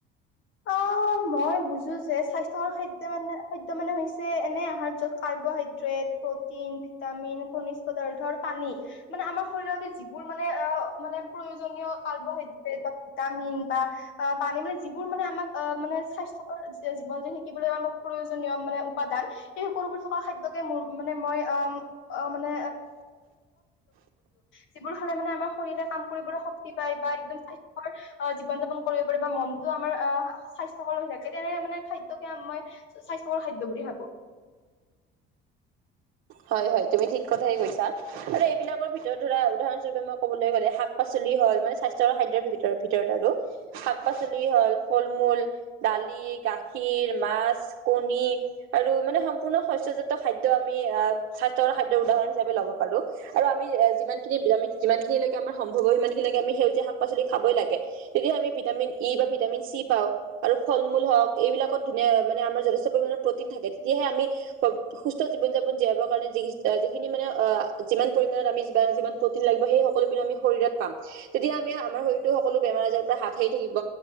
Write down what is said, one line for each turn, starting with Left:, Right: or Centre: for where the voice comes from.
Left: অ', মই বুজো যে স্বাস্থ্যকৰ খাদ্যই মানে খা ত মানে হৈছে এনে আহাৰ য'ত কাৰ্বহাইড্ৰেট প্ৰটিন ভিটামিন খনিজ পদাৰ্থৰ পানী মানে আমাৰ শৰীৰৰ মোৰ মানে অ মানে প্ৰয়োজনীয় কাৰ্ব হাইড্ৰেত বা ভিটামিন বা পানী মানে মানে আমাক মানে স্বাস্থ্যকৰ জীৱন যেন শিকিবলৈ প্ৰয়োজনীয় মানে উপাদান সেই থ খাদ্যকে মোৰ মানে মই অ মানে যিবোৰ খালে মানে আমাৰ শৰীৰে কাম কৰিবলৈ শক্তি পায় বা একদম স্বাস্থ্যৰ জীৱন যাপন কৰিব পাৰে বা মন যিটো আমাৰ অ' স্বাস্থ্যকৰ হৈ থাকে তেনে মানে খাদ্য কে মই স্বাস্থ্যকৰ খাদ্য বুলি ভাবো। <inaudible>
Right: হয়- হয় তুমি ঠিক কথাই কৈছা আৰু এইবিলাকৰ ভিতৰত ধৰা উদাহৰণস্বৰূপে মই কবলৈ গ'লে শাক- পাচলি শাক -পাচলি হল মানে স্বাস্থ্য আৰু খাদ্যৰ ভিতৰত আৰু শাক- পাচলি হল, ফল -মূল, দালি গাখীৰ, মাছ, কণী আৰু মানে সম্পূৰ্ণ শস্যজাত খাদ্য আমি স্বাস্থ্যকৰ খাদ্য উদাহৰণ হিচাপে লব পাৰো আৰু আমি যিমানখিনি আমি যিমান খিনিলকে আমাৰ সম্ভৱ সিমানখিনি সেউজীয়া শাক -পাচলি খাবই লাগে, তেতিয়া আমি ভিটামিন ই বা ভিটামিন চি পাওঁ আৰু ফল- মূল হ'ক এইবিলাকত ধুনীয়া মানে আমাৰ যথেষ্ট পৰিমানৰ প্ৰটিন থাক তেতিয়াহে আমি সুস্থ জীবন- যাপন জীয়াব <unintelligible> যিখিনি মানে যিমান পৰিমাণত আমি যিমা- যিমান প্ৰটিন লাগিব সেই সকলোবোৰ আমি শৰীৰত পাম। তেতিয়া আমি আমাৰ শৰীৰতো সকলো বেমাৰ- আজাৰৰ পা হাত সাৰি থাকিব